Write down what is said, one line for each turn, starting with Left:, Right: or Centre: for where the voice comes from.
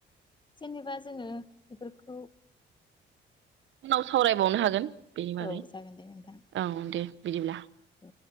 Left: जेनेबा जोङो बेफोरखौ
Right: उनाव सावरायबावनो हागोन। बेनि बागै
Left: औ जागोन दे नोंथां
Right: औ दे बिदिब्ला।
Left: औ